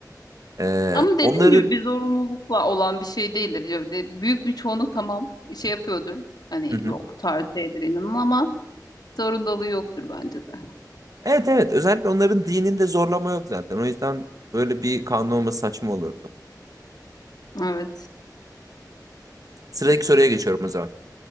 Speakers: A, on the right; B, on the left.
A: Ee,
B: Ama dediğim
A: onların
B: gibi bir zorunlulukla olan bir şey değildir. Ya de- Büyük bir çoğunluk tamam şey yapıyordur. Hani
A: Hı hı.
B: bu bu tarz şeydir inanın ama zorundalığı yoktur bence de.
A: Evet evet özellikle onların dininde zorlama yok zaten. O yüzden böyle bir kanun olması saçma olurdu.
B: Evet.
A: Sıradaki soruya geçiyorum o zaman.